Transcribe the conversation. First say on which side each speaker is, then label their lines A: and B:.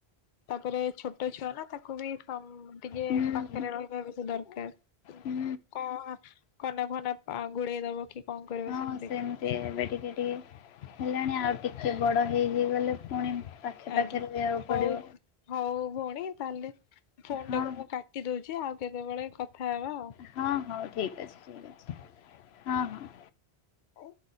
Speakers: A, on the left; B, on the left.
A: ତାପରେ ଛୋଟ ଛୁଆ ନା ତାକ୍ ତାକୁ ବି ସମ୍ ଟିକେ
B: ହୁଁ
A: ପାଖରେ ରହିବା ବେଶୀ ଦରକାର
B: ହୁଁ
A: କଅଁ କନାଫନା ଗୁଡେଇ ଦବ କି କଣ କରିବ
B: ହଁ
A: ସେମିତି ଦେଖିକି
B: ଏବେ ଟିକେ ଟିକେ ହେଲାଣି ଆଉ ଟିକେ ବଡ ହେଇଯିଗଲେ ପୁଣି ପାଖେ
A: ଆଜ୍ଞା,
B: ପାଖେ ରହିବାକୁ ପଡ଼ିବ।
A: ହଉ ହଉ ଭଉଣୀ ତାହେଲେ ଫୋନଟାକୁ
B: ହଁ
A: ମୁଁ କାଟି ଦଉଛି ଆଉ କେତେବେଳେ କଥା ହେବା ଆଉ
B: ହଁ ହଁ ଠିକ୍ ଅଛି ଠିକ୍ ଅଛି ହଁ ହଁ।
A: ଓ <inaudible>